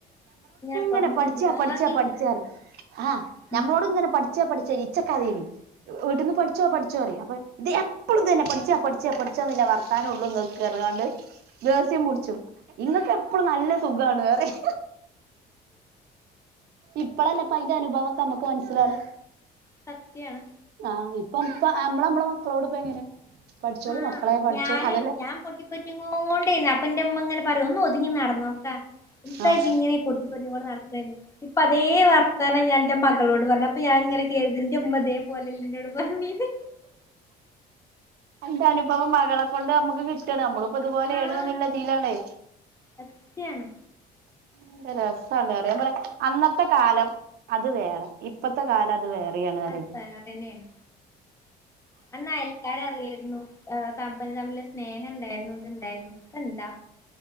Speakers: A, on the left; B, on the right.
A: <unintelligible>
B: എന്നെ പഠിച്ചാ
A: പിരാഗിട്ട്
B: പഠിച്ചാ പഠിച്ചാ ആ
A: ഉം
B: നമ്മളോട്ങ്ങനെ പ <unintelligible> ച്ച പഠിച്ചോ ഇച്ചക്കഥയിനി വീട്ടിന്ന് പഠിച്ചോ പഠിച്ചോ അപ്പൊ ഇത് എപ്പോഴും തന്നെ പഠിച്ചാ പഠിച്ചാ പഠിച്ചാ എന്നില്ല വർത്താനമ ഉള്ളൂ ങ്ങൾക്ക് പറഞ്ഞ്ങ്ങാണ്ട് ദേസ്യം പുടിച്ചും ഇങ്ങൊക്ക എപ്പഴും നല്ല സുഖാണ് പറിം ഇപ്പളല്ലേപ്പ അയിന്റെ അനുഭവൊക്കെ നമ്മുക്ക് മനസ്സിലാണ്
A: സത്യാണ്
B: ആ ഇപ്പ ഇപ്പ നമ്മള നമ്മളെ മക്കളോട് ഇപ്പ എങ്ങനെ പഠിച്ചോളി
A: ആ
B: മക്കളെ പഠിച്ചോളി
A: ഞാന്
B: അതല്ലേ
A: ഞാൻ പൊട്ടിപ്പൊറ്റോണ്ടന്ന അപ്പൊ എന്റെമ്മ ഇങ്ങനെ പറയ് ഒന്ന് ഒതുങ്ങി നടന്നോക്കെ എന്താച്ച
B: ആഹ്
A: ഇങ്ങനെ പൊട്ടിപ്പൊര്ഞ്ഞ്കൊണ്ട് നടക്ക്നത് ഇപ്പൊ അതേ വർത്താനം ഞാൻന്റെ മകളോട് പറഞ്ഞു അപ്പൊ ഞാൻ അങ്ങനെ കെര്തും ന്റെമ്മതേ പോലെല്ലിന്നോട് പറന്നീനി
B: എന്റെ അനുഭവം മകളെ കൊണ്ട് നമുക്ക് കിട്ടണ് നമ്മളിപ്പോതുപോലുള്ളതിലാണ്
A: ആഹ് സത്യാണ്
B: എന്ത് രസാണ് റിയാൻ പറയാ അന്നത്തെ കാലം അത് വേറെ ഇപ്പത്തെ കാലം അത് വേറെയാണ് അറി
A: അത് വേറെന്നെയാണ് അന്ന് അയൽക്കാരറിയരുന്നു തമ്മില് തമ്മില് സ്നേഹണ്ടായിരുന്നു ഇത് ഇണ്ടായിരുന്നു ഇപ്പ ഇണ്ടാ